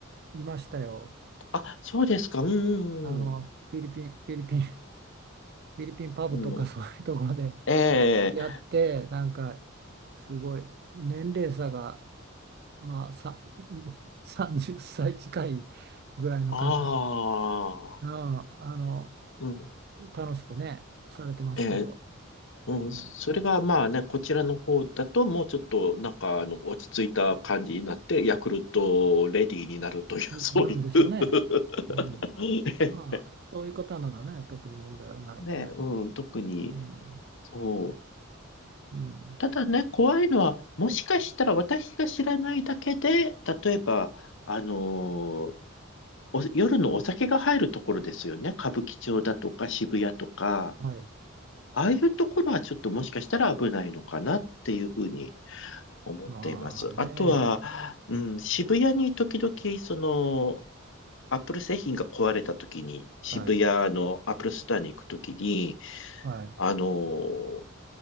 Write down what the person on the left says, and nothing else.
あ、そうですか。うん。
うん
ええ
ああ、
うん。
ええうん。
それがまあね、こちらの方だともうちょっとなんかあの落ち着いた感じになって、ヤクルトレディーになるという、
そういう
<laughs>
ね、
うん。特に、
そう。
ただね、怖いのは、もしかしたら私が知らないだけで、例えば、あのーお夜のお酒が入るところですよね。歌舞伎町だとか渋谷とか、
ああいうところはちょっともしかしたら危ないのかなっていうふうに思っています。
あとは、うん、渋谷に時々、その、アップル製品が壊れた時に、渋谷のアップルストアに行く時に、
あのー